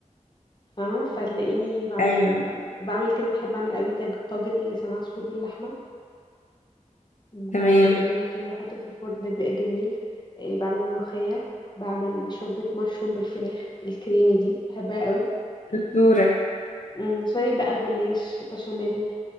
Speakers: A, on the left (about 35°); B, on the left (about 70°).
A: فاهمه فتلاقيني بعمل
B: ايوه
A: بعمل كده بحب اعمل قوي تاج... طاجن لسان عصفور باللحمه ب-
B: تمام
A: في بريم كده احطه في الفرن ده بيبقى جميل إيه بعمل ملوخيه بعمل شوربه مشروم بالفراخ الكريمي دي بحبها قوي <clears throat>
B: دكتورة
A: أمم، سوري بقى جلاش بشاميل